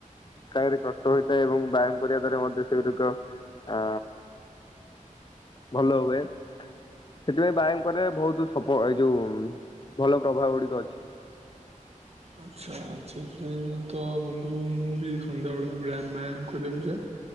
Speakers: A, on the left; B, on the right.
A: କାହାରି କଣ୍ଟ ହୋଇଥାଏ ଏବଂ ବ୍ୟାୟାମ କରିବା ଦ୍ଵାରା ମଧ୍ୟ ସେଗୁଡିକ ଆ ଭଲ ହୁଏ। ସେଥିପାଇଁ ବ୍ୟାୟାମ କରେ ବହୁତ ସ ଏଇ ଯୋଉ ଭଲ ପ୍ରଭାବ ଗୁଡିକ ଅଛି। ହ
B: ଆଚ୍ଛା ସେଥିପାଇଁ ତ ବନ୍ଧୁ ମୁଁ ବି ସନ୍ଧ୍ୟାବେଳେ ବଳେୟ ବ୍ୟାୟାମ କରିବାକୁ ଯାଏ।